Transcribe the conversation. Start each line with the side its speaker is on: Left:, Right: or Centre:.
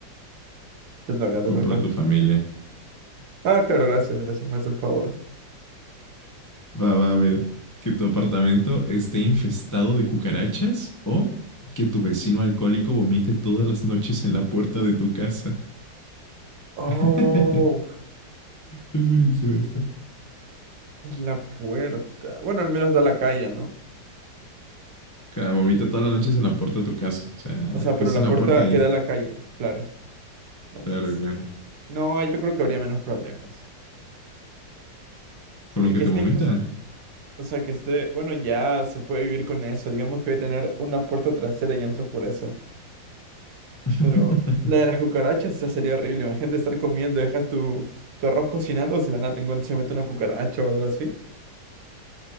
Right: Te toca, te
Left: Compro
Right: toca.
Left: a tu familia.
Right: Ah, claro, gracias, gracias, me haces el favor.
Left: Va, va, mira. Que tu apartamento esté infestado de cucarachas o que tu vecino alcohólico vomite todas las noches en la puerta de tu casa.
Right: Oh,
Left: <laughs> es buenísimo esto.
Right: es la puerta. Bueno, al menos da a la calle, ¿no?
Left: Claro, vomita todas las noches en la puerta de tu casa. O sea,
Right: O sea,
Left: justo
Right: pero la
Left: en la
Right: puerta
Left: puerta ahí.
Right: que da a la calle, claro. Entonces,
Left: Claro, claro.
Right: no, ahí yo creo que habría menos problemas.
Left: Con
Right: Porque
Left: lo que
Right: que
Left: te
Right: esté
Left: vomita.
Right: infestada. O sea que esté, bueno, ya se puede vivir con eso. Digamos que voy a tener una puerta trasera y entro por esa.
Left: <laughs>
Right: Pero la de las cucarachas, o sea, sería horrible. Imagínate estar comiendo, dejas tu, tu arroz cocinando, si la nada te encuentras, se mete una cucaracha o algo así.